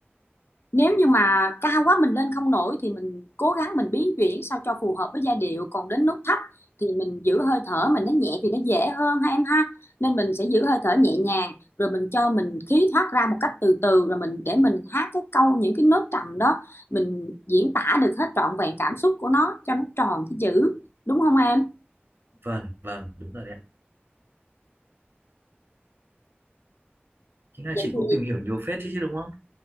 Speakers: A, on the left; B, on the right.
A: nếu như mà cao quá mình lên không nổi thì mình cố gắng mình biến chuyển sao cho phù hợp với giai điệu. Còn đến nốt thấp thì mình giữ hơi thở mình nó nhẹ thì nó dễ hơn ha em ha. Nên mình sẽ giữ hơi thở nhẹ nhàng rồi mình cho mình khí thoát ra một cách từ từ rồi mình để mình hát cái câu những cái nốt trầm đó mình diễn tả được hết trọn vẹn cảm xúc của nó cho nó tròn cái chữ đúng không em?
B: vâng vâng đúng rồi đấy ạ chính là
A: Vậy
B: chị
A: thì
B: cũng tìm hiểu nhiều phết chứ chứ đúng không